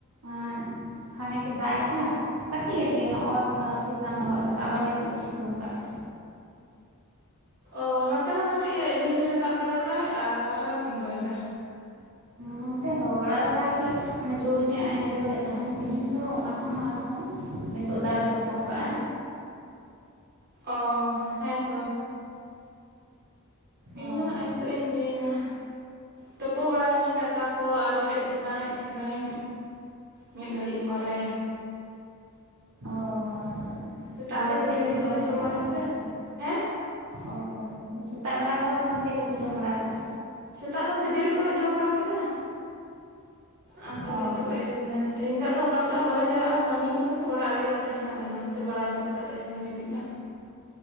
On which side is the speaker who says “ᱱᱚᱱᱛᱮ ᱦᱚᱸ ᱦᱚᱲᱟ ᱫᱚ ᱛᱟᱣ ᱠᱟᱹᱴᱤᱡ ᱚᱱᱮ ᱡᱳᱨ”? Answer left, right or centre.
Right